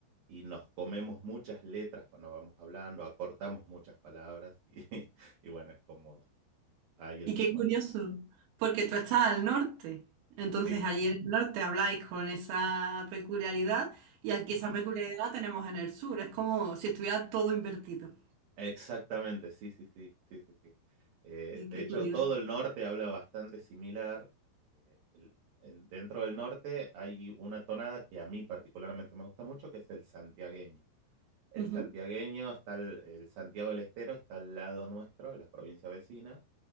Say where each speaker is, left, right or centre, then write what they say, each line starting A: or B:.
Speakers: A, on the right (about 60°); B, on the right (about 85°).
A: y nos comemos muchas letras cuando vamos hablando, acortamos muchas palabras y, <laughs> y bueno, es como ahí el
B: Y
A: tucumano.
B: qué curioso, porque tú estás al norte, entonces
A: Sí,
B: allí en el norte habláis con esa peculiaridad y aquí
A: ujú,
B: esa peculiaridad la tenemos en el sur, es como si estuviera todo invertido.
A: Exactamente, sí, sí, sí, sí, sí, sí. Eh,
B: Y
A: de
B: qué
A: hecho,
B: curioso.
A: todo el norte habla bastante similar. Eh, el- el- dentro del norte hay una tonada que a mí particularmente me gusta mucho, que es el santiagueño. El
B: Ujú.
A: santiagueño está, al- el Santiago del Estero está al lado nuestro, en la provincia vecina.